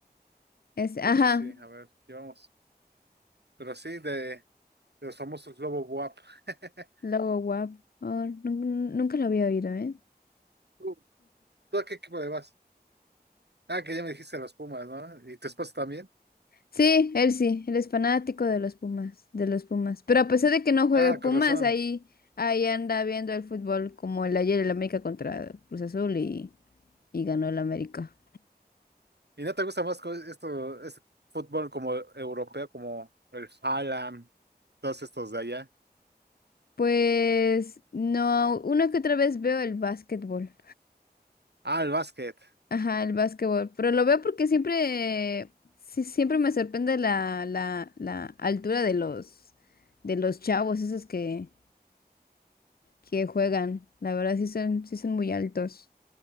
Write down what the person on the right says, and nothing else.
de
hecho sí, a ver, llevamos. Pero sí, de, de los famosos Lobo Buap. <laughs>
¿Tú, tú a qué equipo le vas? Ah, que ya me dijiste los Pumas, ¿no? ¿Y tu esposa también?
Ah,
con razón.
¿Y no te gusta más co- esto, este fútbol como europeo, como el Haaland, todos estos de allá?
Ah, el básquet,